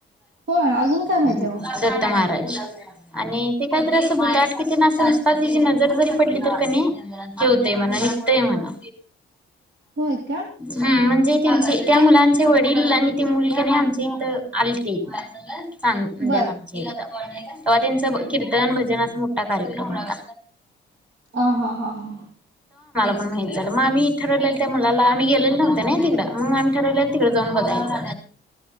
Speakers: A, on the right; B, in the centre.
A: होय अजून काय माहिती
B: हम्
A: आहे मग
B: दत्त मार आणि ते काहीतरी असं भुताटकी ते निस्त अस तिची नजर जरी पडली तरी की नाय हे होतंय म्हणं निघतय म्हणं.
A: होय का
B: हम् म्हणजे. चे त्या मुलांचे वडील आणि ती मुल की नाही आमच्या इथं आलते. <inaudible> आमचे
A: बर
B: तेव्हा त्यांचं कीर्तन भजन असं मोठा कार्यक्रम होता.
A: अ हा हा हा
B: मग माहित झालं मग आम्ही ठरवलेल्या त्या मुलाला आम्ही गेलेलो नव्हते ना तिकडं मग आम्ही ठठरवलेलं तिकडे जाऊन बघायचं.